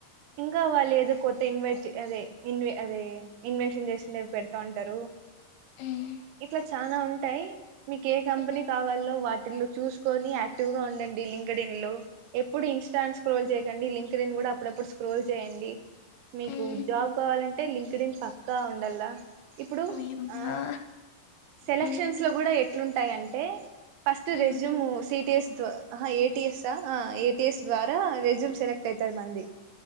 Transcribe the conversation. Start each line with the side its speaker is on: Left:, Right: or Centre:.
Right: ఇంకా వాళ్ళు ఏదో కొత్త ఇన్వైట్ అదే ఇన్ అదే ఇన్వెషన్ చేసింది పెడతా ఉంటారు
Left: మ్మ్
Right: ఇట్లా చనా ఉంటాయి మీకు ఏ కంపెనీ
Left: మ్మ్
Right: కావాలో వ చూసుకొని యాక్టివ్ గా ఉండండి లింకెడిన్ లో ఎప్పుడు ఇన్స్టాంట్ స్క్రోల్ చేయకండి లింక్డ్న్ కూడ అప్పుడప్పుడు స్క్రోల్ చేయండి మీకు
Left: మ్మ్
Right: జాబ్ కావాలంటే లింక్డిన్ పక్కా ఉండల ఇప్పుడు
Left: ఓయమ్మా
Right: ఆ సెలెక్షన్స్
Left: మ్మ్
Right: లో కూడ ఎట్లుం టాయంటే ఫస్ట్
Left: మ్మ్
Right: రెస్యూమ్ టిటిఎస్ ఏటిఎస్ ఏటిఎస్ ద్వారా రెజ్యూమ్ సెలెక్ట్ అయితాది మనది